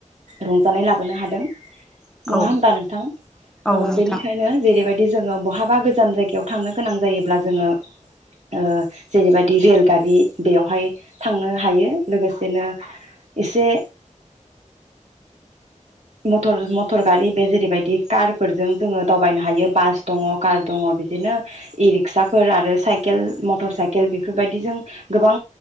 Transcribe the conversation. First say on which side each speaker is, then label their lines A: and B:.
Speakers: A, on the right; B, in the centre.
A: रंजानाय लाबोनो हादों नङा
B: औ
A: होमबा नोंथां
B: औ
A: ओ
B: नोंथां
A: बेनिखायनो जेरैबायदि जोङो बहाबा गोजान जायगायाव थांनो गोनां जायोब्ला जोङो ओ जेरैबायदि रेलगारि बेयावहाय थांनो हायो लोगोसेनो एसे मटर मटर गारि बे जेरैबायदि कारफोरजों जोङो दावबायनो हायो बास दङ कार दङ बिदिनो इ रिक्साफोर आरो साइकेल मटर साइकेल बेफोरबायदि जों गोबां